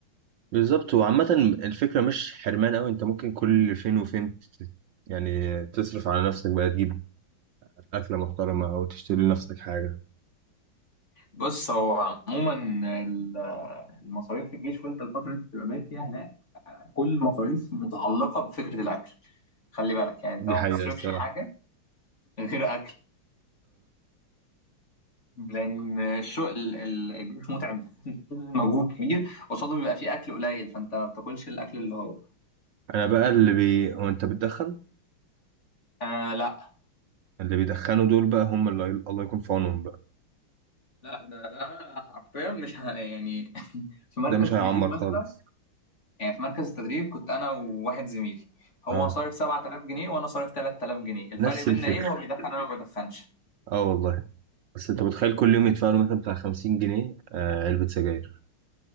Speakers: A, on the right (about 65°); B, on the left (about 35°).
A: بالظبط وعامة الفكرة مش حرمان أوي أنت ممكن كل فين وفين تت- يعني تصرف على نفسك بقى تجيب أكلة محترمة أو تشتري لنفسك حاجة
B: بص هو عموما ال- المصاريف في الجيش وانت الفتره اللي انت بتبقى بايت فيها هناك كل المصاريف متعلقه بفكره الاكل خلي بالك يعني
A: دي
B: انت ما
A: حقيقة
B: بتصرفش
A: الصراحة
B: حاجه غير اكل لان الشغل ال- ال- الجيش متعب <laughs> مجهود كبير قصاده بيبقى فيه اكل قليل فانت ما بتاكلش الاكل اللي هو
A: انا بقى اللي بي هو انت بتدخن
B: آه لا
A: اللي بيدخنوا دول بقى هم اللي الله يكون في عونهم بقى
B: لا ده ده حرفيا مش ه- يعني <laughs> في مركز
A: ده مش هيعمر
B: تدريب مثلا
A: خالص
B: يعني في مركز التدريب كنت انا وواحد زميلي هو
A: اه
B: صارف 7000 جنيه وانا صارف 3000 جنيه الفرق
A: نفس
B: بيننا
A: الفكرة
B: ايه هو بيدخن انا ما بدخنش
A: اه والله بس انت متخيل كل يوم يدفعوا له مثلا بتاع 50 جنيه آه علبة سجاير